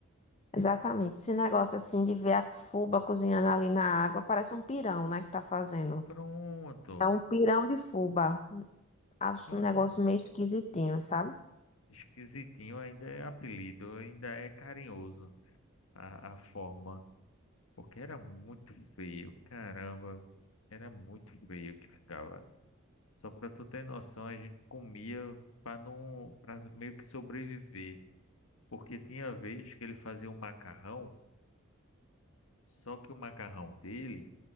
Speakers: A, on the left; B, on the left.
A: Exatamente, esse negócio assim de ver a fuba cozinhando ali na água, parece um pirão, né, que tá fazendo.
B: Pronto.
A: É um pirão de fubá. Acho
B: Pronto.
A: um negócio meio esquisitinho, sabe?
B: Esquisitinho ainda é apelido, ainda é carinhoso a, a forma, porque era muito feio, caramba, era muito feio que ficava. Só pra tu ter noção, a gente comia pra não, para meio que sobreviver, porque tinha vez que ele fazia um macarrão, só que o macarrão dele